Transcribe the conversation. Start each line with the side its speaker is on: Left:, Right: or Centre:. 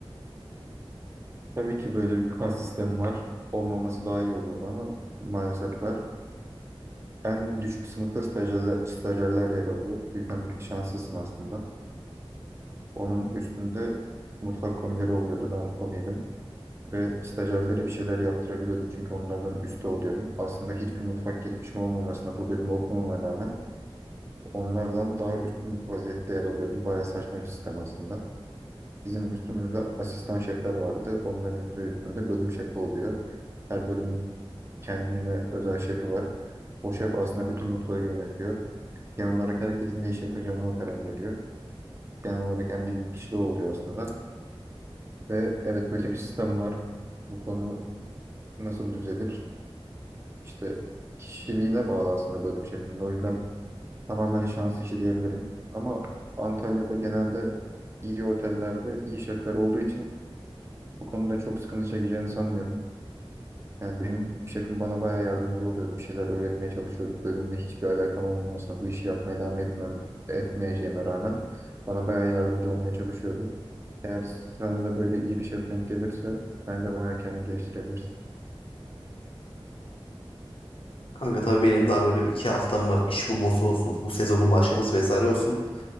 Right: Tabii ki böyle bir kas sistemi var. Olmaması daha iyi olurdu ama maalesef var. En düşük sınıfta stajyerler, stajyerler yer alıyor. O yüzden bir tık şanslısın aslında. Onun üstünde mutfak komileri oluyordu. Ben komiydim. Ve stajyerlere bir şeyler yaptırabiliyordum. Çünkü onlardan üstte oluyorum. Aslında hiçbir mutfak geçmişim olmamasına bu bölümü okumama rağmen onlardan daha üstün vaziyette yer alıyorum. Bayağı saçma bir sistem aslında. Bizim üstümüzde asistan şefler vardı. Onların üstü- üstünde bölüm şefi oluyor. Her bölümün kendine özel şefi var. O şef aslında bütün mutfağı yönetiyor. Genel olarak herkesin ne iş yapacağını o karar veriyor. Genel olarak en bilgili kişi de o oluyor aslında. Ve evet böyle bir sistem var. Bu konu nasıl düzelir? İşte kişiliğine bağlı aslında bölüm şefinin. O yüzden tamamen şans işi diyebilirim. Ama Antalya'da genelde iyi otellerde iyi şefler olduğu için Bu konuda çok sıkıntı çekeceğini sanmıyorum. Yani benim şefim bana bayağı yardımcı oluyordu. Bir şeyler öğretmeye çalışıyordu. Bölümle hiçbir alakam olmamasına bu işi yapmaya devam etmem, etmeyeceğime rağmen bana bayağı yardımcı olmaya çalışıyordu. Eğer sana da böyle iyi bir şef denk gelirse bence bayağı kendini geliştirebilirsin.
Left: Kanka tabii benim daha böyle bir iki haftam var. İş bulması olsun. Bu sezonun başlaması vesaire olsun.